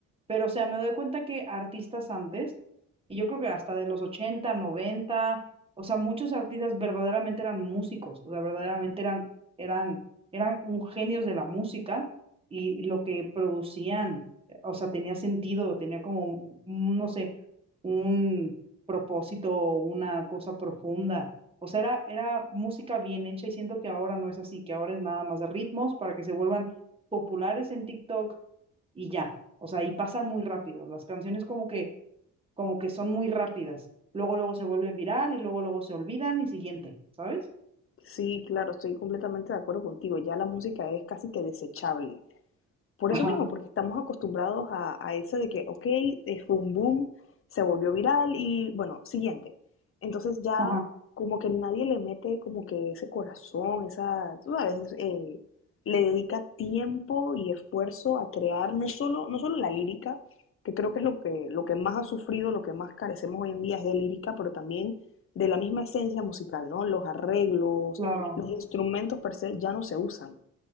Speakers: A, on the right (about 20°); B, on the left (about 45°).
A: pero, o sea, me doy cuenta que artistas antes, y yo creo que hasta de los ochenta noventa o sea, muchos artistas verdaderamente eran músicos, o sea, verdaderamente eran, eran, eran un genios de la música y, y lo que producían, eh, o sea, tenía sentido, tenía como, un- un, no sé, un propósito, una cosa profunda. O sea, era, era música bien hecha y siento que ahora no es así, que ahora es nada más de ritmos para que se vuelvan populares en TikTok y ya. O sea, y pasan muy rápido. Las canciones como que, como que son muy rápidas. Luego, luego se vuelven viral y luego, luego se olvidan y siguiente, ¿sabes?
B: Sí, claro, estoy completamente de acuerdo contigo. Ya la música es casi que desechable. Por
A: Ajá,
B: eso mismo, porque estamos acostumbrados a, a eso de que, ok, eh, fue un boom, se volvió viral y bueno, siguiente. Entonces ya
A: ajá,
B: como que nadie le mete como que ese corazón, esa, tú sabes, eh, le dedica tiempo y esfuerzo a crear no solo, no solo la lírica, que creo que es lo que, lo que más ha sufrido, lo que más carecemos hoy en día es de lírica, pero también de la misma esencia musical, ¿no? Los arreglos,
A: claro.
B: los instrumentos per se ya no se usan.